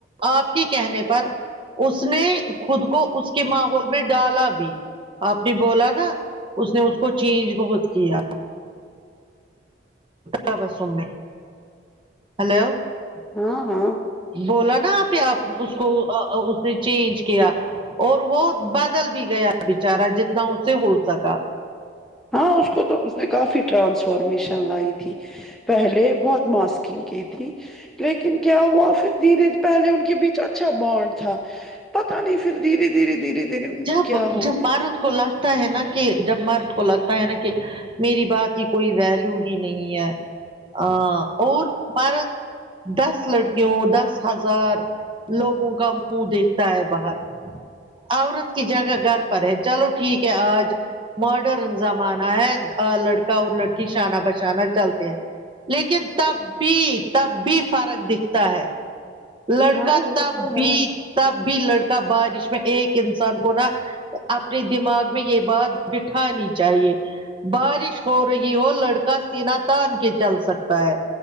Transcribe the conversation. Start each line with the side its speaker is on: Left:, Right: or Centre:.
Right: آپ کے کہنے پر اس نے خود کو اس کے ماحول میں ڈالا بھی آپ نے بولا نا اس نے اس کو چینج بہت کیا تبسم نے ہیلو
Centre: ہاں ہاں
Right: بولا نا آپ نے اپ اس کو اس نے چینج کیا اور وہ بدل بھی گیا بیچارہ جتنا اسے ہو سکا
Centre: ہاں اس کو تو اس نے کافی ٹرانسفارمیشن لائی تھی پہلے بہت ماسکی کی تھی لیکن کیا ہوا پھر دھیرے پہلے ان کے بیچ اچھا بانڈ تھا پتا نہیں پھر دھیرے دھیرے دھیرے دھیرے ان
Right: جب
Centre: کو کیا ہوگیا
Right: جب مارت کو لگتا ہے نا کہ جب مرد کو لگتا ہے نا کہ میری بات کی کوئی ویلو ہی نہیں ہے ا اور مار دس لڑکیوں دس ہزار لوگوں کا منہ دیکھتا ہے باہر عورت کی جگہ گھر پر ہے چلو ٹھیک ہے آج ماڈرن زمانہ ہے لڑکا اور لڑکی شانہ بشانہ چلتے ہیں لیکن تب بھی تب بھی فرق دکھتا ہے لڑکا
Centre: ہاں وہ
Right: تب
Centre: تو
Right: بھی
Centre: ہے
Right: تب بھی لڑکا بارش ایک انسان کو نا اپنے دماغ میں یہ بات بٹھانی چاہیے بارش ہو رہی ہو لڑکا سیناتان کے چل سکتا ہے